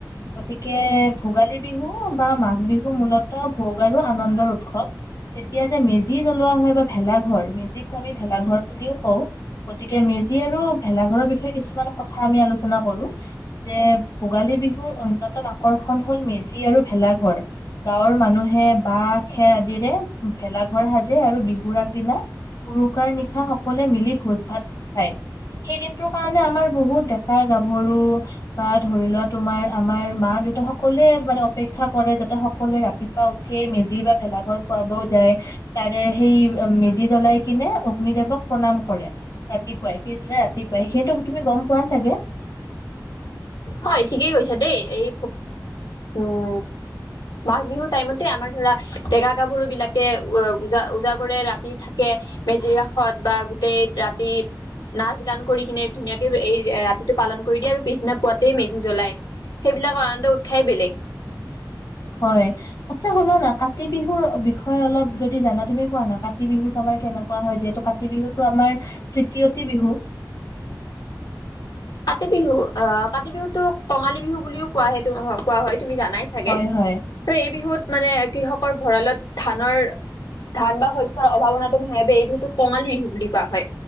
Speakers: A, on the left; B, on the left.
A: গতিকে ভোগালী বিহু বা মাঘ বিহু মূলত ভোগ আৰু আনন্দৰ উৎসৱ তেতিয়া যে মেজি জ্বলোৱা হয় বা ভেলা ঘৰ, মেজি ঘৰে ভেলাঘৰ বুলিও কওঁ। গতিকে মেজি আৰু ভেলাঘৰ'ৰ বিষয়ে কিছুমান কথা আমি আলো- আলোচনা কৰো। যে ভোগালী বিহুৰ অন্যতম আকৰ্ষণ হল মেজি আৰু ভেলাঘৰ। গাঁৱৰ মানুহে বাঁহ খেৰ আদিৰে ভেলাঘৰ সাজে আৰু বিহু উৰুকাৰ নিশা সকলোৱে মিলি ভোজ ভাত খায়। সেই দিনটোৰ কাৰণে আমাৰ বহুত ডেকা গাভৰু বা ধৰি লোৱা তোমাৰ আমাৰ মা দেউতা সকলোয়েই মানে অপেক্ষা অপেক্ষা কৰে যাতে সকলোৱে ৰাতি পুৱা উঠিয়েই মেজি বা ভেলা ঘৰ জ্বলাব তাৰে সেই মেজি জ্বলাই কিনে অগ্নিদেৱক প্ৰণাম কৰে। ৰাতিপুৱাই পিছদিনা ৰাতিপুৱাই সেইটো তুমি গম পোৱা চাগে?
B: হয় ঠিকেই কৈছা দেই এই উম মাঘ বিহুৰ টাইমতে আমাৰ ধৰা ডেকা গাভৰু বিলাকে উজা ওজা কৰে ৰাতি থাকে। মেজিৰ কাষত বা গোটেই ৰাতি নাচ গান কৰি কিনে ধুনীয়াকে এই ৰাতিটো পালন কৰি দিয়া আৰু পিছ পুৱাতেই মেজি জ্বলাই সেইবিলাকৰ আনন্দ উৎসৱ বেলেগ।
A: হয় আচছা শুনা না কাতি বিহুৰ বিষয়ে অলপ যদি জানা তুমি কোৱা না কাতি বিহুত আমাৰ কেনেকুৱা হয় যিহেতু কাটি কাতি বিহুতটো আমাৰ তৃতীয়টি বিহু <unintelligible>
B: কাতি বিহু আঁহ কাতি বিহুতটো কঙালী বিহু বুলিও কোৱা হয়ো কোৱা হয়। তুমি জানাই চাগে
A: হয় হয়।
B: ত' এই বিহুত মানে কৃষকৰ ভঁৰালত ধানৰ ধান বা শস্যৰ অভাৱনাটো নাবে এই বিহুতোক কঙালী বিহু বুলি কোৱা হয়।